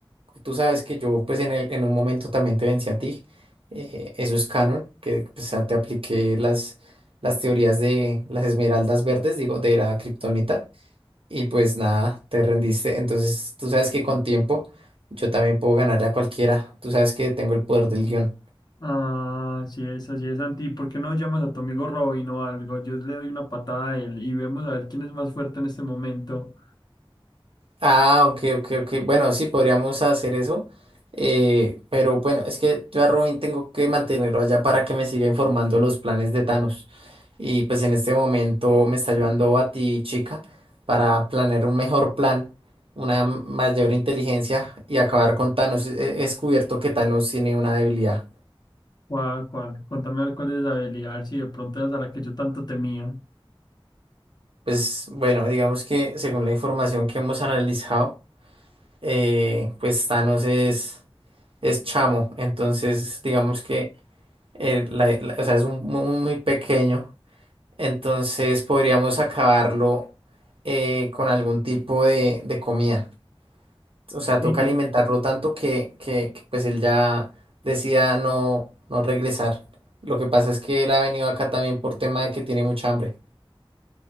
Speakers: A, on the right; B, on the left.
A: tú sabes que yo, pues, en el- en un momento también te vencí a ti. Eh, eso es canon, que pues, ah, te apliqué las, las teorías de las esmeraldas verdes, digo, de la kriptonita. Y pues nada, te rendiste. Entonces, tú sabes que con tiempo yo también puedo ganarle a cualquiera. Tú sabes que tengo el poder del guión.
B: Ah, así es, así es, Santi. ¿Por qué no llamas a tu amigo Robin o algo? Yo le doy una patada a él y vemos a ver quién es más fuerte en este momento.
A: Ah, ok, ok, ok. Bueno, sí, podríamos hacer eso. Eh, pero bueno, es que yo a Robin tengo que mantenerlo allá para que me siga informando los planes de Thanos. Y pues en este momento me está ayudando a chica, para planear un mejor plan, una mayor inteligencia y acabar con Thanos. He he descubierto que Thanos tiene una debilidad.
B: ¿Cuál, cuál? Contame a ver cuál es la habilidad, a ver si de pronto es a la que yo tanto temía.
A: Pues bueno, digamos que según la información que hemos analizado, eh, pues Thanos es, es chamo. Entonces, digamos que. eh, la- la- o sea, es un- muy, muy pequeño, entonces podríamos acabarlo eh, con algún tipo de, de comida. O sea,
B: Sí.
A: toca alimentarlo tanto que, que- que, pues él ya decida no, no regresar. Lo que pasa es que él ha venido acá también por tema de que tiene mucha hambre.